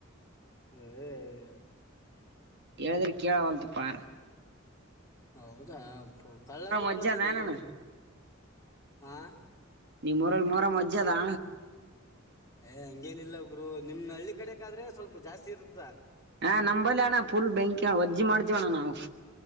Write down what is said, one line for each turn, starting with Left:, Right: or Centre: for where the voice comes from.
Left: ಹ
Right: ಎಳದ್ರ ಕೀೇಳ ವಳತು ಪಾರ
Left: ಹೌದಾ ಕಳ್ಳನ್ ಮಕ್ಳಿಂದ
Right: ಒಜ್ಜೆ ಅದ ಅಣ್ಣ
Left: ಹುಡುಗ್ರು ಹ
Right: ನಿ ಮರಲ್ಲಿ ಮೊರ ಮಜ್ಜದಾ
Left: ಏ್ ಹಂಗೇನಿಲ್ಲ ಉಗರು ನಿಮ್ ಹಳ್ಳಿ ಕಡೆಗ ಆದ್ರೆ ಸ್ವಲ್ಪ ಜಾಸ್ತಿ ಇರುತ್ತೆ ಕುುತ್ತ
Right: ಹ ನಂಬಲ್ಲಿ ಅಣ್ಣ ಫುಲ್ ಬೆಂಕಿ ಅಣ್ಣ ವಜ್ಜಿ ಮಾಡ್ತೀವ ಅಣ್ಣ ನಾವು